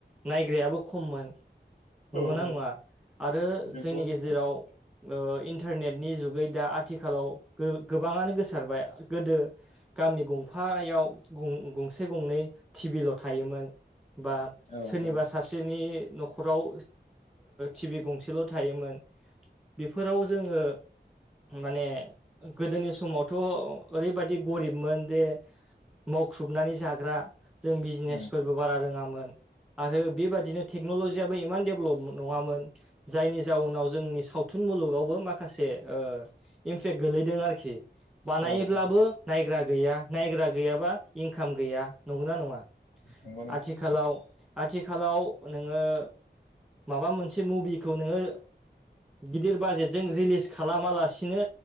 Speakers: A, in the centre; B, on the left.
A: नाइग्रायाबो खममोन नंगौना
B: औ
A: नंङा आरो
B: नंगौ
A: जोंनि
B: नोंथां
A: गेजेराव इन्टारनेटनि जुगै दा आथिखालाव गोबांङानो गोसारबाय गोदो गामि गंफायाव गसे गंनै टिभिल' थायोमोन बा
B: औ
A: सोरनिबा
B: औ
A: सासे आंनि नखराव टिभ गंसेल' थायोमोन। बेफोराव जोंङो माने गोदोनि समावथ' ओरैबाददि गरिबमोन जे मावख्रुबनानै जाग्रा जों बिजनेसफोरबो
B: उम
A: बारा रोङांमोन आरो बेबायाददि बिनो टेन'जियआबो इमान डेभेलप नंङामोन जायनि जाउनाव जोंनि सावथुन मुलुगावबो माखासे इमपेक् गोलैदों आरोखि बानायब्लाबो
B: औ औ
A: नायग्रा गैया नायग्रा गैयाबा इनकाम गैया नंगौना नंङा
B: नंगौ नोंथां
A: आथिखालाव आथिखालाव नोंङो माबा मोनसे मुभिखौ नोंङो गिदिर बाजेटजों रिलिस खालामालासिनो